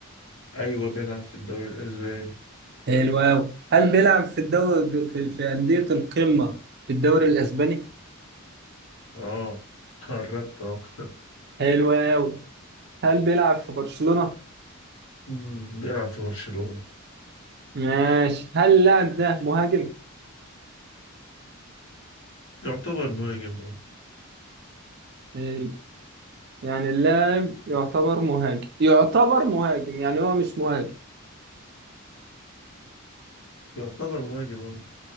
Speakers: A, on the left (about 65°); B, on the right (about 50°).
A: ايوه بيلعب في الدوري الاسباني
B: حلو أوي هل بيلعب في الدوري في, في أندية القمة في الدوري الاسباني؟
A: اه قربت اهو <laughs>
B: حلو أوي هل بيلعب في برشلونة؟
A: مم، بيلعب في برشلونة
B: ماشي هل اللاعب ده مهاجم؟
A: يعتبر مهاجم اه
B: حلو. يعني اللاعب يعتبر مهاجم يعتبر مهاجم يعني هو مش مهاجم
A: يعتبر مهاجم اه